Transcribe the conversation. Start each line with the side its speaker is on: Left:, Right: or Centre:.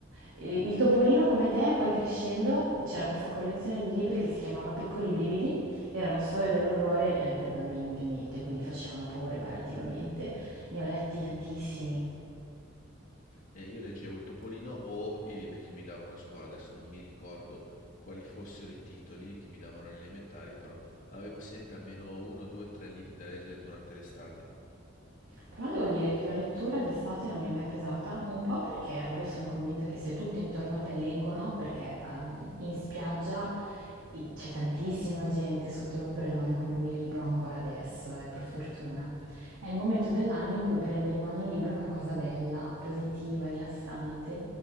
Right: Il il Topolino come te, poi crescendo c'era questa collezione di libri che si chiamava Piccoli brividi, erano storie dell'orrore eh, per bambini ovviamente, quindi facevano paura ma relativamente, ne ho letti tantissimi,
Left: Eh, io leggevo il Topolino o i libri che mi davano a scuola, adesso non mi ricordo quali fossero i titoli che mi davano alle elementari, però avevo sempre almeno uno, due, tre libri da leggere durante l'estate.
Right: Però devo dire che la lettura d'estate non mi è mai pesata, un po' perché, allora io sono convinta che se tutti intorno a te leggono, perché ehm, in spiaggia i- c'è tantissima gente sotto l'ombrellone con un libro ancora adesso, eh, per fortuna. È il momento dell'anno in cui prendere in mano un libro è una cosa bella, positiva, rilassante.